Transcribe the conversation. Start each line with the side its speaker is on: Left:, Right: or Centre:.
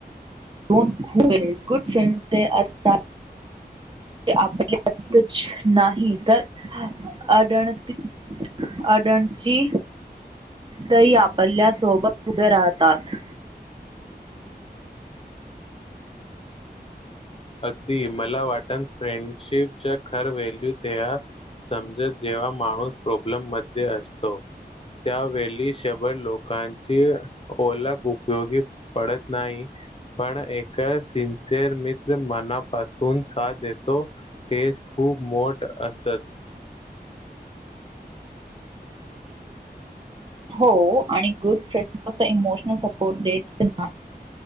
Right: दोन <unintelligible> ख गुड फ्रेंड् ते असतात. तें आपल्यातच, नाही तर अडनत अडणची, तही आपल्यासोबत उभे राहतात.
Left: अगदी मला वाट <unintelligible> फ्रेंडशिपचा खर व्हॅल्यू त्यां समजत, जेव्हा माणूस प्रॉब्लेम मध्ये असतो. त्यावेळी शभर लोकांची ओळख उपयोगी <unintelligible> पडत नाही, पण एक सिन्सिअर मी जे मनापासून साथ देतो, तेच खूप मोठ असत.
Right: हो आणि गुड फ्रेंड फक्त इमोशनल सपोर्ट देत नाही,